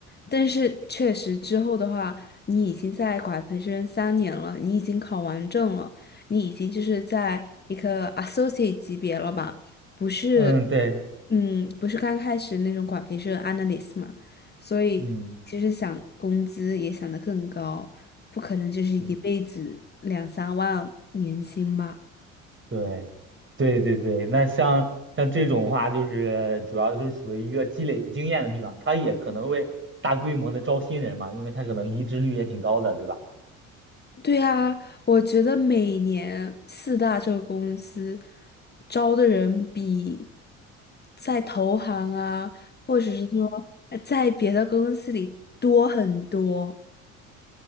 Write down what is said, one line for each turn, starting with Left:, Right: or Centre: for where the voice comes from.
Left: 但是确实之后的话，你已经在管培生三年了，你已经考完证了，你已经就是在一个 associate 级别了吧，不是。
Right: 嗯，对，
Left: 嗯，不是刚开始那种管培是 analyst 嘛，所以其实想工资也想得更高，
Right: 嗯，
Left: 不可能就是一辈子两三万年薪吧。
Right: 嗯对，对对对。那像像这种的话，就是主要就是属于一个积累经验的地方，他也可能会大规模的招新人嘛，因为他可能离职率也挺高的，对吧？
Left: 对啊，我觉得每年四大这个公司招的人比在投行啊，或者是说呃在别的公司里多很多。